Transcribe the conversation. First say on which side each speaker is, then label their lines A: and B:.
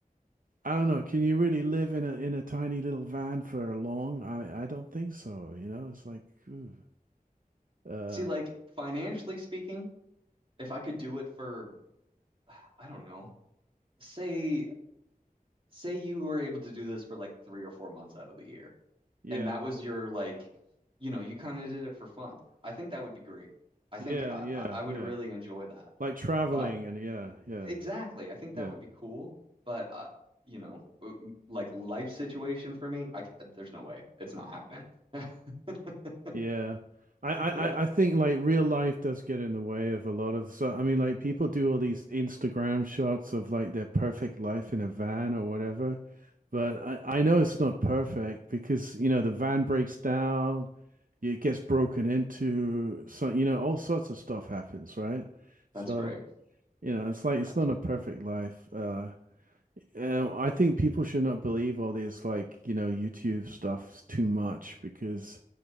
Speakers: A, on the right; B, on the right.
A: I don't know. Can you really live in a in a tiny little van for long? I I don't think so. You know, it's like, ooh, uh,
B: see like financially speaking if I could do it for I don't know say say you were able to do this for like three or four months out of the year
A: yeah,
B: and that was your like, you know, you kind of did it for fun. I think that would be great. I
A: yeah,
B: think I,
A: yeah,
B: I I would
A: yeah.
B: really enjoy that.
A: Like traveling
B: But
A: and yeah, yeah,
B: exactly, I think
A: yeah.
B: that would be cool. But uh, you know, uh, m- like life situation for me, I c- there's no way it's not happening. <laughs>
A: Yeah. I, I,
B: Yeah,
A: I I think like real life does get in the way of a lot of so I mean like people do all these Instagram shots of like their perfect life in a van or whatever, but I, I know it's not perfect because you know the van breaks down, it gets broken into, so you know all sorts of stuff happens, right? So
B: that's right.
A: you know it's like it's
B: That's
A: not a perfect life. Uh, and I think people should not believe all this like you know YouTube stuff too much because